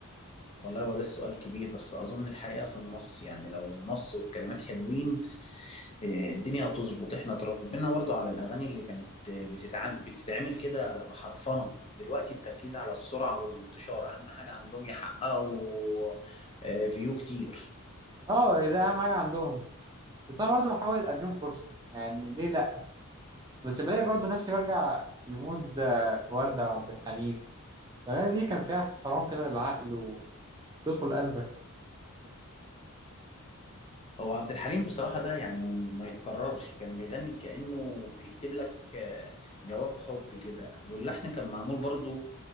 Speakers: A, on the left (about 25°); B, on the right (about 20°).
A: والله هو ده السؤال كبير بس أظن الحقيقة في النص يعني لو النص والكلمات حلوين آه، الدنيا هتظبط احنا اتربينا برضو على الأغاني اللي كانت آه، بتتعام بتتعمل كده بحرفنة دلوقتي التركيز على السرعة والانتشار أهم حاجة عندهم يحققوا آه، فيو كتير
B: اه ده أهم حاجة عندهم بس أنا برضه بحاول أديهم فرصة يعني ليه لأ بس بلاقي برضو نفسي برجع لمود آه، وردة وعبد الحليم الأغاني دي كان فيها احترام كده للعقل وتدخل قلبك
A: هو عبد الحليم بصراحة ده يعني ما يتكررش كان بيغني كأنه بيكتب لك آه، جواب حب كده واللحن كان معمول برضو